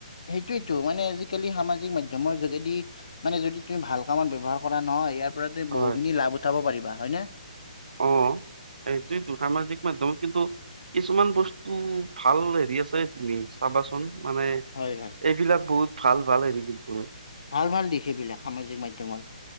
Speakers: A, on the left; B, on the right.
A: সেইটোয়েতো মানে আজিকালি সামাজিক মাধ্যমৰ যোগেদি মানে যদি তুমি ভাল কামত ব্যৱহাৰ কৰা নহয় ইয়াৰ পৰা তুমি
B: হয়।
A: বহুখিনি লাভ উঠাব পাৰিবা হয় নে।
B: অ', সেইটোৱেটো সামাজিক মাধ্যমত কিন্তু কিছুমান বস্তু ভাল হেৰি আছে তুমি চাবাচোন মানে
A: হয়, হয়।
B: এইবিলাক বহুত ভাল ভাল হয় <unintelligible> তোমাৰ
A: ভাল, ভাল দিশ বিলাক সামাজিক মাধ্যমত